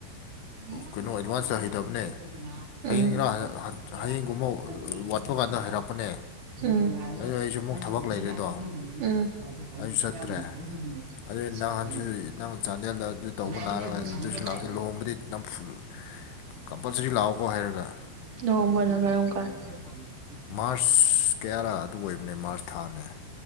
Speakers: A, on the right; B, on the left.
A: ꯑꯝ
B: ꯀꯩꯅꯣ ꯑꯦꯗꯚꯥꯟꯁꯇ ꯍꯩꯇꯕꯅꯦ ꯍꯌꯦꯡꯔ ꯍꯌꯦꯡꯒꯨꯝꯕ ꯋꯥꯠꯄ ꯀꯥꯟꯗ ꯍꯩꯔꯛꯄꯅꯦ
A: <unintelligible>
B: ꯑꯗꯨ ꯑꯩꯁꯨ ꯑꯃꯨꯛ ꯊꯕꯛ ꯂꯩꯔꯦꯗꯣ ꯑꯩꯁꯨ ꯆꯠꯇ꯭ꯔꯦ ꯑꯗꯨ ꯅꯍꯥꯟꯁꯨ ꯅꯪ ꯆꯥꯟꯗꯦꯜꯗ ꯑꯗꯨ ꯇꯧꯕ ꯂꯥꯛꯑꯒ
A: ꯁꯥꯟꯗ
B: ꯑꯗꯨꯁꯨ ꯂꯥꯛꯇꯦ
A: ꯀꯥ
B: ꯂꯨꯍꯣꯡꯕꯗꯤ ꯅꯝꯐꯨ ꯀꯝꯄꯜꯁꯔꯤ ꯂꯥꯛꯑꯣꯀꯣ ꯍꯥꯏꯔꯒ
A: ꯍꯣꯝꯕꯅꯒꯔꯝ ꯀꯥꯟ ꯎꯝ
B: ꯃꯥꯔꯁ ꯀꯌꯥꯔꯥ ꯑꯗꯨ ꯑꯣꯏꯕꯅꯦ ꯃꯥꯔꯁ ꯊꯥꯅꯦ